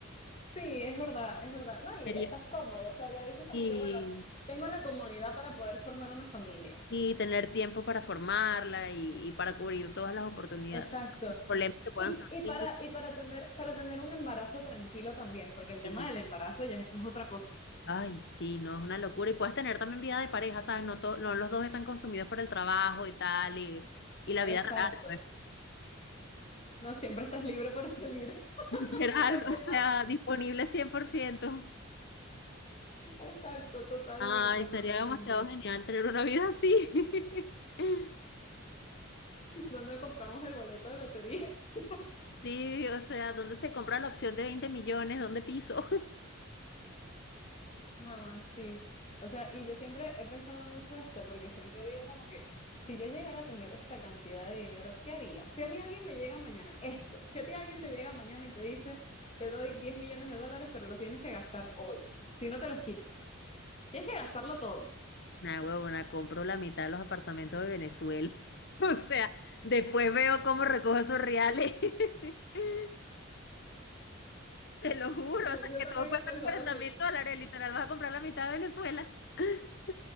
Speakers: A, on the left (about 30°); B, on the left (about 55°).
A: Sí, es verdad, es verdad. No, y
B: Sería.
A: estás cómodo, o sea, ya dices como
B: Y
A: que, bueno, tengo la comodidad para poder formar una familia.
B: Y tener tiempo para formarla y, y para cubrir todas las oportunidades,
A: Exacto.
B: problemas que puedan
A: Y,
B: surgir.
A: y para, y para tener, para tener un embarazo tranquilo también, porque el tema
B: Y,
A: del embarazo ya eso es otra cosa.
B: ay, sí, no, es una locura. Y puedes tener también vida de pareja, ¿sabes? No, to- no los dos están consumidos por el trabajo y tal, y, y la
A: Exacto.
B: vida real, pues,
A: No siempre estás libre para salir
B: <laughs> literal,
A: <laughs> a cualquier
B: o
A: lado.
B: sea, disponible cien por ciento
A: Exacto, totalmente,
B: Ay, sería
A: totalmente.
B: demasiado genial tener una vida así. <laughs>
A: ¿Dónde compramos el boleto de lotería? <laughs>
B: Sí, o sea, ¿dónde se compra la opción de 20 millones? ¿Dónde piso?
A: Chama, sí. O sea, y yo siempre he pensado mucho esto, porque siempre digo como que, si yo llegara a tener esta cantidad de dinero, ¿qué haría? Si a mí alguien me llega mañana esto, si a ti alguien te llega mañana y te dice, te doy diez millones de dólares, pero los tienes que gastar hoy, si no te los quito, tienes que gastarlo todo.
B: Nah, huevona, compro la mitad de los apartamentos de Venezuela. <laughs> O sea, después veo cómo recojo esos reales. <laughs> Te lo juro,
A: No,
B: o sea,
A: Yo
B: que
A: también
B: todo cuesta
A: he pensado
B: cuarenta
A: así.
B: mil dólares, literal, vas a comprar la mitad de Venezuela. <laughs>